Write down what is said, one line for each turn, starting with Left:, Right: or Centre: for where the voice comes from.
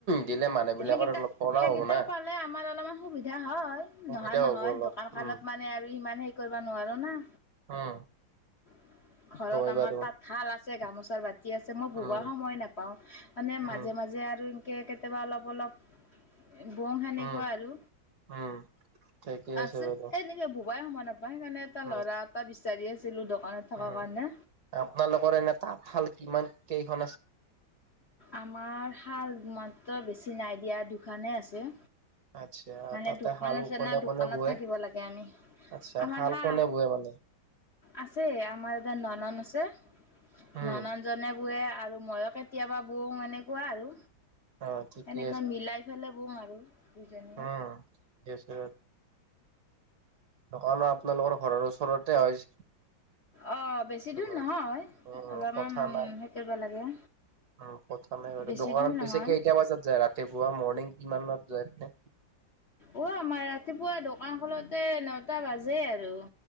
Right: দিলে মানুহ বিলাকৰ
Left: সেইকেইটা
Right: অলপ পৰা
Left: সেইকেইটাও
Right: হ'ব না।
Left: পালে আমাৰ অলপমান সুবিধা হয়।
Right: সুবিধা
Left: নহয় নহয়
Right: হ'ব অলপ।
Left: দোকান খানত
Right: উম,
Left: মানে আৰু ইমান হেৰি কৰিব নোৱাৰো না
Right: উম।
Left: <inaudible> ঘৰত
Right: হয়
Left: আমাৰ
Right: বাৰু।
Left: তাতশাল আছে গামোচাৰ বাতি আছে মই ববই
Right: উম,
Left: সময়ে নাপাওঁ মানে
Right: উম,
Left: মাজে মাজে আৰু কেতিয়াবা অলপ অলপ বও সেনেকুৱাই
Right: উম,
Left: আৰু
Right: উম, ঠিকেই
Left: আছে
Right: বাৰু।
Left: এনে এ ববাই সময় নাপাও সেইকাৰণে এটা
Right: উম,
Left: ল'ৰা এটা বিচাৰি আছিলোঁ দোকানত থকাৰ
Right: উম
Left: কাৰণে
Right: আপোনালোকৰ এনে তাঁতশাল কিমান কেইখন আছে?
Left: আমাৰ শাল মাত্ৰ বেছি নাই দিয়া দুখানেই আছে।
Right: আচ্ছা
Left: মানে
Right: তাতে
Left: দোকান
Right: শাল
Left: আছে
Right: কোনে
Left: না দোকানত
Right: কোনে বয়?
Left: থাকিব লাগে আমি
Right: আচ্ছা
Left: আমাৰ
Right: শাল
Left: হা
Right: কোনে বয় মানে?
Left: আছে আমাৰ এটা ননন্দ আছে
Right: উম
Left: ননন্দ জনে বোৱে আৰু মইও কে কেতিয়াবা বওঁ এনেকুৱা আৰু
Right: অ ঠিকে
Left: এনেকুৱা মিলাই পেলাই বওঁ আৰু দুজনী
Right: অ ঠিকে আছে। দোকানো আপোনালোকৰ ঘৰৰ ওচৰতে হয়।
Left: অ বেছি
Right: উম
Left: দূৰ নহয়
Right: উম উম,
Left: অলপমান
Right: কথা নাই।
Left: হেৰি কৰিব লাগে।
Right: উম কথা নাই বাৰু
Left: বেছি
Right: দোকানত
Left: দূৰ নহয়
Right: পিছে কেইটা বজাত যায় ৰাতিপুৱা মৰ্ণিং কিমানত যায় এনে
Left: অ আমাৰ ৰাতিপুৱা দোকান খোলোতে নটা বাজেই আৰু